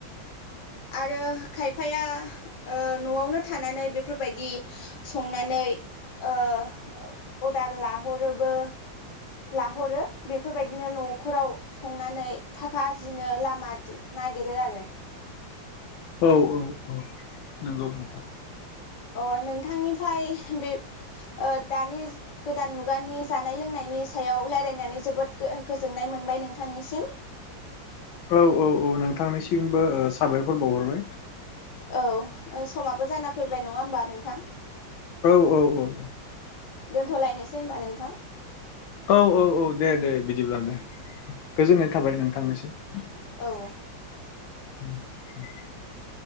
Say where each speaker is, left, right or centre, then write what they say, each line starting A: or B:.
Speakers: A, on the left (about 45°); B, on the left (about 80°).
A: आरो खायफाया ओ न'आवनो थानानै बेफोरबायदि संनानै ओ अर्डार लाहरोबो लाहरो बेफोरबायदिनो न' खराव संनानै थाखा आरजिनो लामा दिन‌ नाय गिरो आरो।
B: औ औ औ नंगौ नोंथां
A: अ नोंथांनिफाय बे ओ दानि गोदान मुगानि जानाय लोंनायनि सायाव लायरायनानै जोबोद गो गोजोननाय मोनबाय नोंथांनिसिम।
B: औ औ औ नोंथांनिसिमबो ओ साबायखर बावहरबाय।
A: औ समाबो जाना फैबाय नङा होमबा नोंथां।
B: औ औ औ
A: दोनथ'लायनोसै होनबा नोंथां।
B: औ औ औ दे दे बिदिब्ला दे गोजोननाय थाबाय नोंथांनिसिम
A: औ
B: <inaudible>